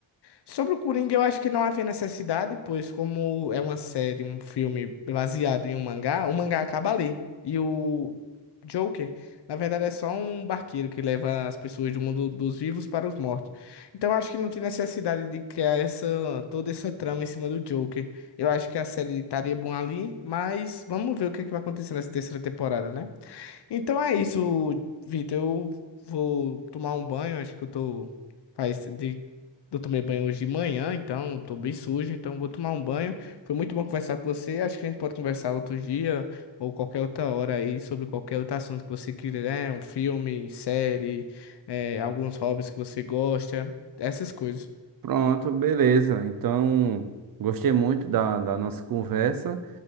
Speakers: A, on the left; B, on the right.
A: Sobre o Coringa, eu acho que não havia necessidade, pois como é uma série, um filme baseado em um mangá, o mangá acaba ali. E o Joker, na verdade, é só um barqueiro que leva as pessoas do mundo dos vivos para os mortos. Então, eu acho que não tem necessidade de criar essa, toda essa trama em cima do Joker. Eu acho que a série estaria bom ali, mas vamos ver o que é que vai acontecer nessa terceira temporada, né? Então é isso, Vitor. Eu vou tomar um banho. Acho que eu tô. Faz de... Eu tomei banho hoje de manhã, então tô bem sujo, então vou tomar um banho. Foi muito bom conversar com você. Acho que a gente pode conversar outro dia ou qualquer outra hora aí sobre qualquer outro assunto que você quiser, né? um filme, série, eh, alguns hobbies que você gosta, essas coisas.
B: Pronto, beleza. Então, gostei muito da, da nossa conversa.